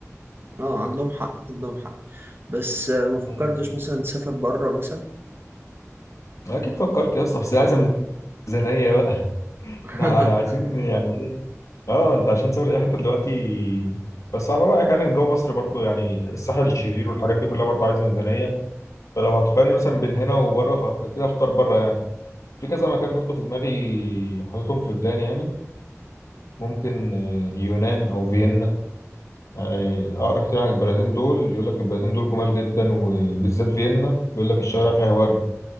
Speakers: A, on the right (about 45°); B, on the left (about 75°).
A: اه عندهم حق عندهم حق بس آه، ما فكرتش
B: مم.
A: مثلا تسافر بره مثلا
B: اكيد فكرت يا اسطى بس عايزه ميزانيه بقى <laughs> احنا
A: <laughs>
B: عايزين
A: فاهم؟
B: يعني ايه اه انت عشان تسافر اي حته دلوقتي بس على رايك يعني جو مصر برضو يعني الساحل الشرير والحاجات دي كلها برضو عايزه ميزانيه فلو هتقارني مثلا بين هنا وبره فكده اختار بره يعني في كذا مكان برضو في دماغي حاططهم في بلان يعني ممكن آه، يونان او فيينا آه، اقرا كتير عن البلدين دول يقول لك البلدين دول جمال جدا وبالذات فيينا بيقول لك الشوارع فيها ورد